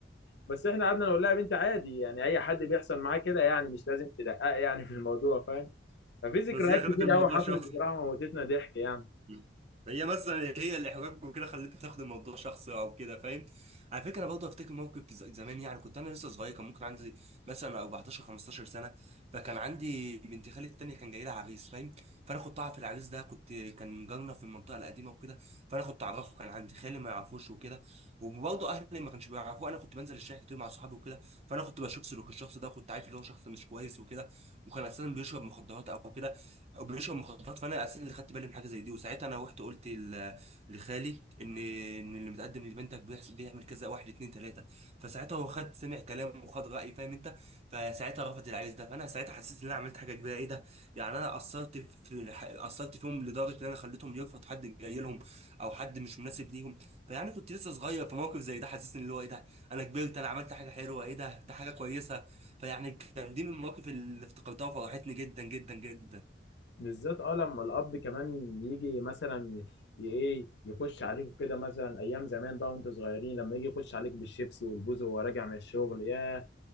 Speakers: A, on the left; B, on the right.
A: بس احنا قعدنا نقول لها يا بنت عادي يعني اي حد بيحصل معاه كده يعني مش لازم تدقق يعني في الموضوع فاهم ففي ذكريات
B: بس هي
A: كتير
B: خدت الموضوع
A: قوي حصلت
B: شخصي
A: بصراحه موتتنا ضحك يعني
B: مم. هي مثلا هي اللي احراج وكده خلتني تاخد الموضوع شخصي او كده فاهم على فكره برضه افتكر موقف في ز- زمان يعني كنت انا لسه صغير كان ممكن عندي مثلا 14 15 سنه فكان عندي بنت خالي التانيه كان جاي لها عريس فاهم فانا كنت اعرف العريس ده كنت كان جارنا في المنطقه القديمه وكده فانا كنت اعرفه كان عندي خالي ما يعرفوش وكده وبرضه اهلي ما كانش بيعرفوه انا كنت بنزل الشارع كتير مع صحابي وكده فانا كنت بشوف سلوك الشخص ده كنت عارف اللي هو شخص مش كويس وكده وكان اساسا بيشرب مخدرات او كده او بيشرب مخدرات فانا اساسا اللي خدت بالي من حاجه زي دي وساعتها انا رحت قلت ل- لخالي ان ان اللي متقدم لبنتك بيحصل بيعمل كذا واحد اتنين تلاته فساعتها هو خد سمع كلامه وخد رايي فاهم انت فساعتها رفض العريس ده فانا ساعتها حسيت ان انا عملت حاجه كبيره ايه ده يعني انا قصرت في قصرت فيهم لدرجه ان انا خليتهم يرفض حد جاي لهم او حد مش مناسب ليهم فيعني كنت لسه صغير في موقف زي ده حسسني اللي هو ايه ده انا كبرت انا عملت حاجه حلوه ايه ده ده حاجه كويسه فيعني كان دي من المواقف اللي افتكرتها وفرحتني جدا جدا جدا
A: بالذات اه لما الاب كمان يجي مثلا ي- ايه يخش عليكم كده مثلا ايام زمان بقى وانتوا صغيرين لما يجي يخش عليك بالشيبسي والبوز وهو راجع من الشغل ياه